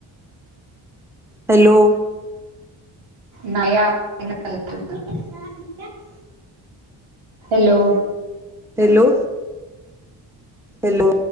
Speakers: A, in the centre; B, on the right.
A: हॅलो
B: नाही आ <unintelligible> हॅलो
A: हॅलो हॅलो